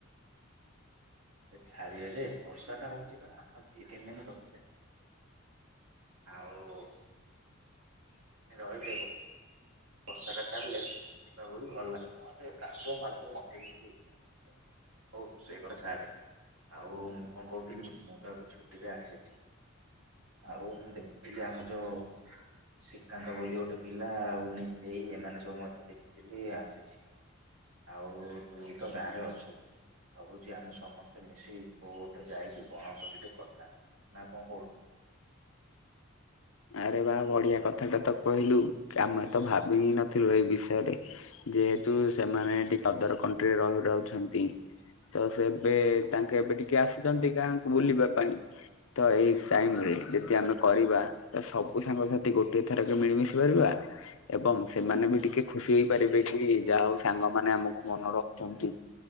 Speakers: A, on the right; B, on the left.
A: ଛାଡିବେ ଯେ ବର୍ଷା ଟା ହଉଛି ବା ଆଉ ଦି ତିନି ଦିନ ରହିଯା। ଆଉ ରହିଲେ ଏ ବର୍ଷାଟା ଛାଡ଼ିଲେ ଯିବା ବଲେ ଭଲ ଲାଗ କାଦୁଅ ମଦୁଆ। <unintelligible> ହଉ ସେଇ କଥା ଛାଡେ ଆଉ ମୁଁ କଣ କହୁଥିଲି ମୁଁ ତ ଏବେ ଛୁଟିରେ ଆସିଛି। ଆଉ ମୁଁ ଦେଖୁଥିଲି ଆମ ଯୋଉ ଶ୍ରୀକାନ୍ତ ବୋଲି ଗୋଟେ ପିଲା ଆଉ ନି ଦେଇ ଏମାନେ ସବୁ ମତେ ଦେଖୁଥିଲି ଆସିଛି। ଆଉ ତୁ ବି ତ ଗାଁରେ ଅଛୁ। ଭାବୁଛି ଆମେ ସମସ୍ତେ ମିଶି କୋଉ ଗୋଟେ ଯାଇକି ବଣଭୋଜି ଟେ କଥା ନା କଣ କହୁଛୁ?
B: ଆରେ ବା ବଢିଆ କଥାଟା ତ କହିଲୁ ଆମେ ତ ଭାବି ହି ନଥିଲୁ ଏଇ ବିଷୟରେ। ଯେହେତୁ ସେମାନେ ଟିକେ ଅଦର କଣ୍ଟ୍ରିରେ ରହି ରାଉଛନ୍ତି ତ ସେ ଏବେ ତାଙ୍କେ ଏବେ ଟିକେ ଆସ ଚନ୍ତି ଗାଁକୁ ବୁଲିବା ପାଇଁ ତ ଏଇ ସାଇମ ରେ ଯଦି ଆମେ କରିବା ସବୁ ସାଙ୍ଗସାଥି ଗୋଟଏ ଥରକେ ମିଳିମିଶି ପାରିବା। ଏବଂ ସେମାନେ ବି ଟିକେ ଖୁସି ହେଇପାରିବେ କି ଯାହା ହଉ ସାଙ୍ଗମାନେ ଆମକୁ ମନ ରଖିଛନ୍ତି।